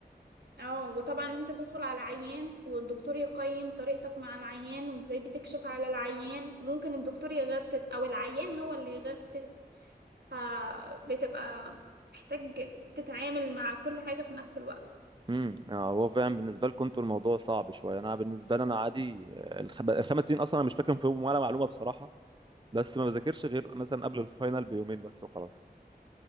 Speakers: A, on the right; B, on the right.
A: اه وطبعا انت تدخل على عيان والدكتور يقيم طريقتك مع العيان وازاي بتكشف على العيان وممكن الدكتور يغتت او العيان هو اللي يغتت فبتبقى محتاج تتعامل مع كل حاجة في نفس الوقت
B: امم آه، هو فعلا بالنسبه لكم انتوا الموضوع صعب شويه انا بالنسبه لي انا عادي آه، الخ- الخمس سنين اصلا انا مش فاكر فيهم ولا معلومه بصراحه بس ما بذاكرش غير مثلا قبل الفاينل بيومين بس وخلاص